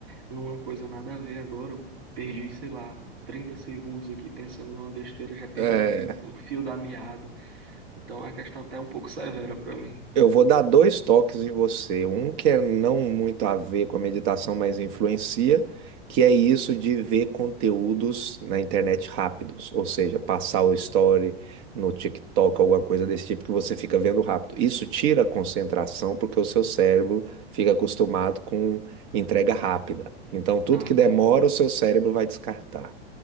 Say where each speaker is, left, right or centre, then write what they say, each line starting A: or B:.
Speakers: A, on the right (about 70°); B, on the right (about 45°).
A: numa coisa nada a ver agora, eu perdi, sei lá, 30 segundos aqui pensando numa besteira, já perdi
B: é.
A: o fio, o fio da meada. Então a questão até é um pouco <laughs> severa para mim.
B: Eu vou dar dois toques em você. Um que é não muito a ver com a meditação, mas influencia, que é isso de ver conteúdos na internet rápidos, ou seja, passar o story no TikTok, alguma coisa desse tipo que você fica vendo rápido. Isso tira a concentração porque o seu cérebro fica acostumado com entrega rápida. Então, tudo
A: Ah,
B: que
A: verdade.
B: demora, o seu cérebro vai descartar.